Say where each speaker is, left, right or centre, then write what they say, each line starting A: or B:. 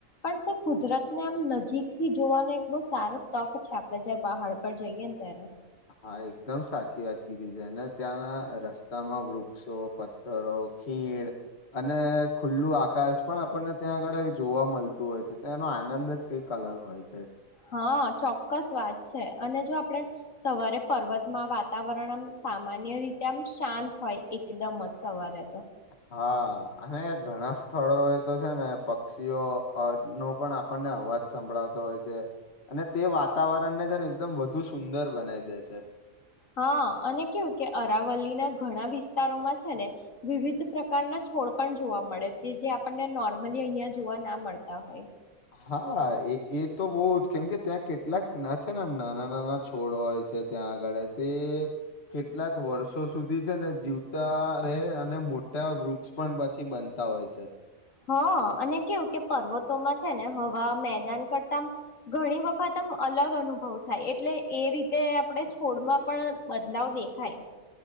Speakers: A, on the left; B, on the left.
A: પણ તે કુદરત ને આમ નજીકથી જોવાનો એક બહુ સારો તક છે આપડે જારે પહાડ પર જઈએ. તારે.
B: હા એકદમ સાચી વાત કીધી છે અને ત્યાંના રસ્તામાં વૃક્ષો પથ્થરો ખીણ અને ખુલ્લું આકાશ પણ આપણને ત્યાં આગળ જોવા મલતુ હોય છે. તેનો આનંદ જ કંઈક અ લગ હોય છે.
A: હા ચોક્કસ વાત છે અને જો આપડે સવારે પર્વતમાં વાતાવરણમ સામાન્ય રીતે આમ શાંત હોય એકદમ જ સવારે તો.
B: હા અને ઘણા સ્થળો એ તો છે ને પક્ષીઓ અ નો પણ આપણ ને અવાજ સંભળાતો હોય છે અને તે વાતાવરણને જને એકદમ વધુ સુંદર બનાવી દે છે.
A: હા અને કેવું કે અરાવલ્લી ના ઘણા વિસ્તારોમાં છે ને વિવિધ પ્રકારના છોડ પણ જોવા મળે તે જે આપણને નોર્મલી અહિયાં જોવા ના મળતા હોય.
B: હા એ એ તો બહુ જ કેમ કે ત્યાં કેટલાક ના છે ને એમ નાના નાના છોડ હોય છે. ત્યાં આગળ તે કેટલાક વર્ષો સુધી છે ને જીવતા રહે અને મો ત્યાં વૃક્ષ પણ પછી બનતા હોય છે.
A: હા અને કેવું કે પર્વતોમાં છે ને હવા મેદાન કરતા આમ ઘણી વખત એકદમ અલગ અનુભવ થાય એટલે એ રીતે આપણે છોડમાં પણ બદલાવ દેખાય.